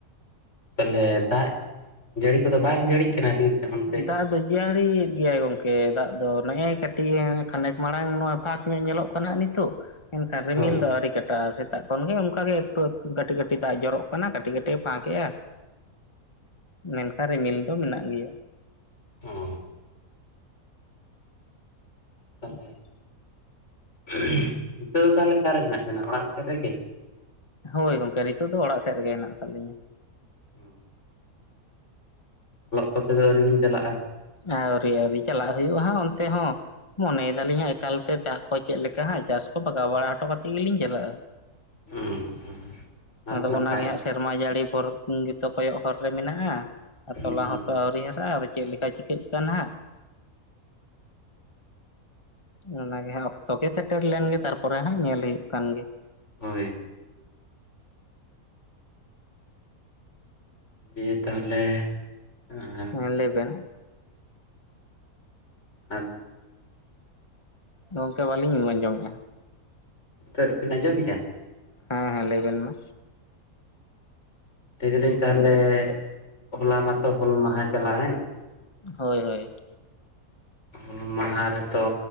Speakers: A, on the left; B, on the left.
A: ᱛᱟᱦᱚᱞᱮ ᱫᱟᱜ ᱡᱟᱹᱲᱤ ᱠᱚᱫᱚ ᱵᱟᱝ ᱡᱟᱹᱲᱤᱜ ᱠᱟᱱᱟ ᱟᱹᱵᱤᱱ ᱥᱮᱫ ᱚᱱᱛᱮ
B: ᱫᱟᱜ ᱫᱚ ᱡᱟᱹᱲᱤᱭᱮᱫ ᱜᱮᱭᱟᱭ ᱜᱚᱝᱠᱮ ᱫᱟᱜ ᱫᱚ ᱱᱮᱜᱼᱮ ᱠᱟᱹᱴᱤᱡ-ᱮ ᱠᱷᱟᱱᱮᱠ ᱢᱟᱲᱟᱝ ᱱᱚᱜᱼᱚᱭ ᱯᱷᱟᱸᱠ ᱧᱚᱜ ᱧᱮᱞᱚᱜ ᱠᱟᱱᱟᱜ ᱱᱤᱛᱚᱜ ᱢᱮᱱᱠᱷᱟᱱ ᱨᱤᱢᱤᱞ
A: ᱦᱳᱭ
B: ᱫᱚ ᱟᱹᱣᱨᱤ ᱠᱟᱴᱟᱜᱼᱟ ᱥᱮ ᱾ ᱮᱠᱷᱳᱱ ᱜᱮ ᱚᱱᱠᱟᱜᱮ ᱮᱠᱴᱩ ᱮᱠᱴᱩ ᱠᱟᱹᱴᱤᱡ ᱠᱟᱹᱴᱤᱡ ᱫᱟᱜ ᱡᱚᱨᱚᱜ ᱠᱟᱱᱟ ᱠᱟᱹᱴᱤᱡ ᱠᱟᱹᱴᱤᱡᱼᱮ ᱯᱷᱟᱸᱠ ᱮᱜᱼᱟ ᱾ ᱢᱮᱱᱠᱷᱟᱱ ᱨᱤᱢᱤᱞ ᱫᱚ ᱢᱮᱱᱟᱜ ᱜᱮᱭᱟ ᱾
A: ᱚ
B: <inaudible>
A: ᱛᱟᱦᱚᱞᱮ <inaudible> ᱱᱤᱛᱚᱜ ᱫᱚ ᱛᱟᱞᱦᱮ ᱚᱠᱟᱨᱮ ᱢᱮᱱᱟᱜ ᱵᱤᱱᱟ ᱚᱲᱟᱜ ᱥᱮᱫ ᱨᱮᱜᱮ?
B: ᱦᱳᱭ ᱜᱚᱝᱠᱮ ᱱᱤᱛᱚᱜ ᱫᱚ ᱚᱲᱟᱜ ᱥᱮᱫ ᱨᱮᱜᱮ ᱦᱮᱱᱟᱜ ᱟᱠᱟᱫ ᱞᱤᱧᱟᱹ ᱾
A: <inaudible> ᱚᱞᱚᱜ ᱠᱚᱛᱮ ᱫᱚ ᱟᱹᱣᱨᱤ ᱵᱤᱱ ᱪᱟᱞᱟᱜᱼᱟ?
B: ᱟᱹᱣᱨᱤ ᱟᱹᱣᱨᱤ ᱪᱟᱞᱟᱜ ᱦᱩᱭᱩᱜᱼᱟ ᱦᱟᱸᱜ ᱚᱱᱛᱮ ᱦᱚᱸ ᱾ ᱢᱚᱱᱮᱭ ᱫᱟᱞᱤᱧ ᱦᱟᱸᱜ ᱮᱠᱟᱞᱛᱮ ᱫᱟᱜ ᱠᱚ ᱪᱮᱫ ᱞᱮᱠᱟ ᱦᱟᱸᱜ ᱪᱟᱥ ᱠᱚ ᱵᱟᱜᱟᱣ ᱵᱟᱲᱟ ᱦᱚᱴᱚ ᱠᱟᱛᱮᱫ ᱜᱮᱞᱤᱧ ᱪᱟᱞᱟᱜᱼᱟ ᱾
A: ᱦᱩᱸ ᱦᱩᱸ
B: ᱟᱫᱚ
A: ᱛᱚ ᱱᱟᱯᱟᱭ
B: ᱚᱱᱟ ᱜᱮ ᱦᱟᱸᱜ ᱥᱮᱨᱢᱟ ᱡᱟᱹᱲᱤ ᱯᱚᱨ ᱯᱩᱝ ᱜᱮᱛᱚ ᱠᱚᱭᱚᱜ ᱦᱚᱨ ᱨᱮ ᱢᱮᱱᱟᱜᱼᱟ
A: ᱦᱩᱸ
B: ᱛᱚᱞᱟ
A: ᱦᱩᱸ
B: ᱦᱚᱸᱛᱚ ᱟᱣᱨᱤ ᱦᱟᱨᱟᱜᱼᱟ ᱟᱫᱚ ᱪᱮᱫ ᱠᱟ ᱪᱤᱠᱟᱹᱜ ᱠᱟᱱᱟ ᱦᱟᱸᱜ ᱚᱱᱟᱜᱮ ᱦᱟᱸᱜ ᱛᱚᱜᱮ ᱥᱮᱴᱮᱨ ᱞᱮᱱ ᱜᱮ ᱛᱟᱨᱯᱚᱨᱮ ᱦᱟᱸᱜ ᱧᱮᱞ ᱦᱩᱭᱩᱜ ᱠᱟᱱ ᱜᱮ ᱾
A: ᱦᱳᱭ, ᱫᱤᱭᱮ ᱛᱟᱞᱦᱮ ᱟᱨ
B: ᱦᱮᱸ ᱞᱮᱭ ᱵᱮᱱ ᱾
A: ᱟᱫᱚ
B: ᱜᱚᱝᱠᱮ ᱵᱟᱹᱞᱤᱧ ᱟᱸᱡᱚᱢᱮᱫᱼᱟ ᱾
A: ᱛᱟᱹᱜ ᱵᱤᱱ ᱟᱸᱡᱚᱢᱮᱫ-ᱟ?
B: ᱦᱮᱸ ᱦᱮᱸ ᱞᱟᱹᱭ ᱵᱮᱱ ᱢᱟ
A: ᱞᱟᱹᱭ ᱫᱟᱞᱟᱹᱧ ᱛᱟᱦᱞᱮ ᱦᱚᱞᱟ ᱢᱟᱛᱚ ᱦᱩᱞ ᱢᱟᱦᱟᱸ ᱪᱟᱞᱟᱣᱮᱱ ᱾
B: ᱦᱳᱭ ᱦᱳᱭ,
A: ᱦᱩᱞ ᱢᱟᱦᱟᱸ ᱨᱮᱛᱚ